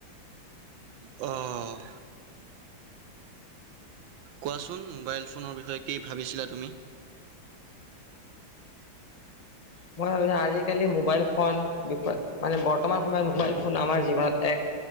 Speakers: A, on the right; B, on the left.
A: অ', কোৱাচোন মোবাইল ফোনৰ বিষয়ে কি ভাবিছিলা তুমি?
B: মই <unintelligible> আজিকালি মোবাইল ফোন বিষয়ে মানে বৰ্তমান সময়ত মোবাইল ফোন আমাৰ জীৱনত এক